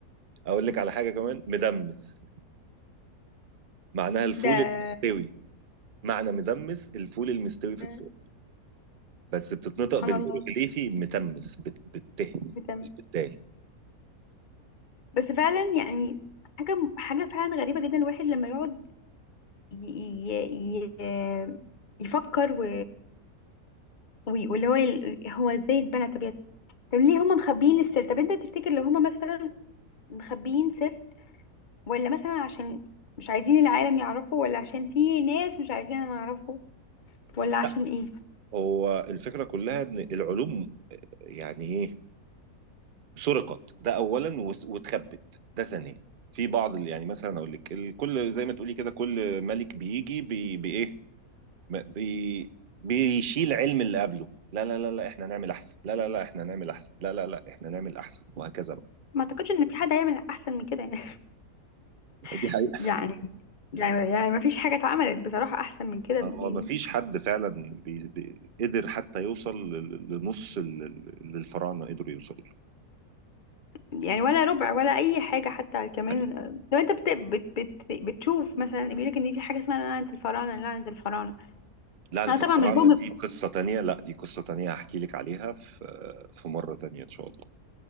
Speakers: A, on the right; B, on the left.
A: أقول لك على حاجة كمان مدمس معناها الفول
B: ده,
A: المستوي معنى مدمس الفول المستوي في
B: ده
A: الفرن بس بتتنطق
B: سبحان
A: بالهيروغليفي
B: الله
A: متمس بت- بالته
B: بتعمل
A: بالدال
B: بس فعلا يعني حاجة حاجة فعلا غريبة جدا الواحد لما يقعد ي... ي... ي... يفكر و... وي- واللي هو ال- هو ازاي اتبنى طب يا- طب ليه هم مخبيين السر طب انت تفتكر لو هم مثلا مخبيين سر ولا مثلا عشان مش عايزين العالم يعرفه ولا عشان في ناس مش عايزين نعرفه ولا عشان
A: لا
B: ايه
A: هو الفكرة كلها إن العلوم يعني إيه سرقت ده اولا وس- واتخبت ده ثانيا في بعض اللي يعني مثلا اقول لك الكل زي ما تقولي كده كل ملك بيجي بي بايه ب- بي بيشيل علم اللي قبله لا لا لا لا احنا نعمل احسن لا لا لا احنا نعمل احسن لا لا لا احنا نعمل احسن وهكذا بقى
B: ما اعتقدش ان في حد هيعمل احسن من كده يعني
A: دي
B: <laughs>
A: حقيقة
B: يعني يعني يعني ما فيش حاجه اتعملت بصراحه احسن من كده
A: هو
B: يعني
A: ما فيش حد فعلا بي بي قدر حتى يوصل لل- لنص ال- ال- اللي الفراعنه قدروا يوصلوا له.
B: يعني ولا ربع ولا اي حاجه حتى كمان
A: دي حقيقة
B: آه، لو انت بت بت بت بتشوف مثلا بيقول لك ان في حاجه اسمها لعنه الفراعنه لعنه الفراعنه
A: لعنة
B: انا طبعا
A: الفراعنة
B: مش بؤمن
A: دي قصة تانية لا دي قصة تانية هحكي لك عليها في في مرة تانية ان شاء الله